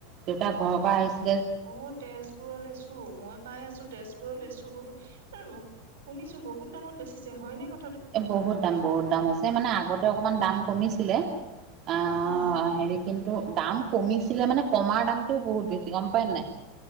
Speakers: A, on the right; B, on the right.
A: দেউতা ঘৰৰ পৰা আহিছিল।
B: অ তেজপুৰলৈছো মই পাই আছো তেজপুৰ লেচু বহুত শুনিছো বহুত দামত বেছিছে হয় নে?
A: এ বহুত দাম বহুত দাম হৈছে মানে আগতে অকমান দাম কমিছিলে? অ
B: উম
A: হেৰি কিন্তু দাম কমিছিলে মানে কমাৰ দামটো বহুত বেছি গম পায় নে নাই?